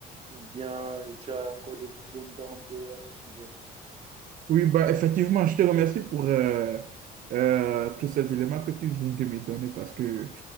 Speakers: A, on the right; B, on the right.
A: ou bien euh, tu as encore des zones d'ombre à ce sujet.
B: Oui, bah, effectivement, je te remercie pour euh, euh, tous ces éléments que tu viens de me donner parce que